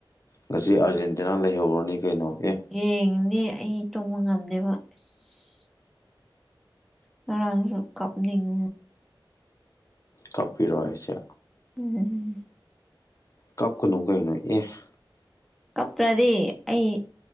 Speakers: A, on the left; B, in the centre.
A: ꯉꯁꯤ ꯑꯥꯔꯖꯦꯟꯇꯤꯅꯥ ꯂꯩꯍꯧꯔꯅꯤ ꯀꯩꯅꯣ ꯑꯦꯍ
B: ꯌꯦꯡꯅꯦ ꯑꯩ ꯇꯨꯝꯕ ꯉꯝꯗꯦꯕ ꯑꯁ ꯉꯔꯥꯡꯁꯨ ꯀꯥꯞꯅꯤꯡ
A: ꯀꯞꯄꯤꯔꯣ ꯍꯥꯏꯁꯦ
B: ꯎꯝ
A: ꯀꯞꯀꯅꯨ ꯀꯩꯅꯣ ꯑꯦꯍ
B: ꯀꯞꯇ꯭ꯔꯗꯤ ꯑꯩ